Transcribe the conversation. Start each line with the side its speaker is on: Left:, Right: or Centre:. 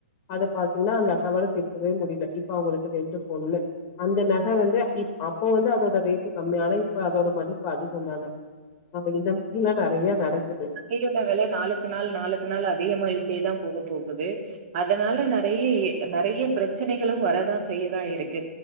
Left: அத பாத்தீங்ன்னா அந்த அக்காவால திருப்பவே முடில இப்ப அவங்களுக்கு ரெண்டு பொண்ணு அந்த நக வந்து இப் அப்போ வந்து அதோட ரேட்டு கம்மி ஆனா இப்ப அதோட மதிப்பு அதிகம் தானே இந்த மாரிலா நறைய நடக்
Right: நகையோட வெல நாளுக்கு நாள் நாளுக்கு நாள் அதிகமாயிட்டே தா போக போகுது அதனால நெறைய நெறைய பிரச்சனைகளு வரதா செய்யதா இருக்கு